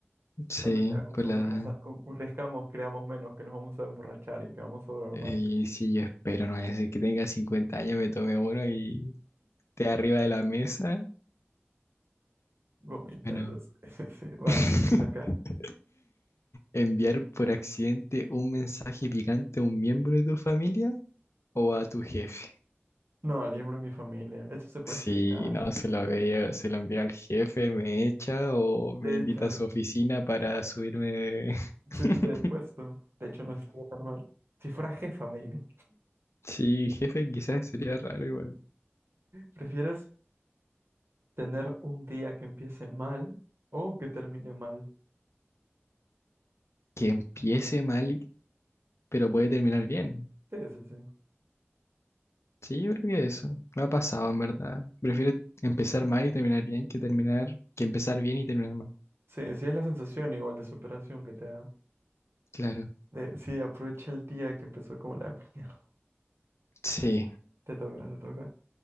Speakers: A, on the left; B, on the right.
A: sí,
B: Tal vez ya conforme
A: por la edad.
B: creza- con- crezcamos, creamos menos, que nos vamos a emborrachar y que vamos a durar
A: Eh,
B: más
A: Y si yo espero, no vaya a ser que tenga 50 años, me tome uno y esté arriba de la mesa.
B: vomitando.
A: Bueno.
B: <laughs> Sí, sí, sí, va,
A: <laughs>
B: acá.
A: Enviar por accidente un mensaje picante a un miembro de tu familia o a tu jefe.
B: No, libro en mi familia, eso se puede
A: Si
B: explicar.
A: no se lo veía, se lo envía al jefe, me echa o me
B: De
A: invita
B: hecho.
A: a su oficina para subirme. <laughs>
B: subirte de puesto. De hecho, no estaría tan mal. Si fuera jefa, maybe.
A: Sí, jefe, quizás sería raro igual.
B: ¿Prefieres tener un día que empiece mal o que termine mal?
A: Que empiece mal, pero puede terminar bien.
B: Sí, sí, sí.
A: Sí, yo creo que eso. No ha pasado, en verdad. Prefiero empezar mal y terminar bien que terminar, que empezar bien y terminar mal.
B: Sí, sí es la sensación igual de superación que te da.
A: Claro.
B: De, sí, aprovecha el día que empezó como la <laughs> mierda.
A: Sí.
B: Te toca, te toca.